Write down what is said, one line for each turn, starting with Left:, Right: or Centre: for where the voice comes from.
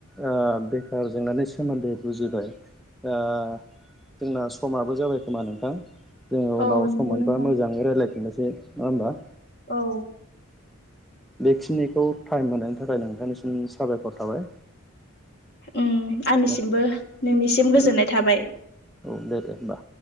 Centre: ओ बेखार जेंनानि सोमोन्दै बुजिबाय दा जोंना समाबो जाबाय खोमा नोंथां? जोङो
Left: औ
Centre: उनाव
Left: नंगौ
Centre: सम मोनबा
Left: नोंथां
Centre: मोजाङै रायजलायफिननोसै नङा होमबा?
Left: औ
Centre: बेखिनिखौ टाइम होनायनि थाखाय नोंथांनिसिम साबायखर थाबाय।
Left: उम आंनिसिमबो
Centre: दे
Left: नोंनिसिम
Centre: औ
Left: गोजोननाय थाबाय।
Centre: औ दे दे होमबा।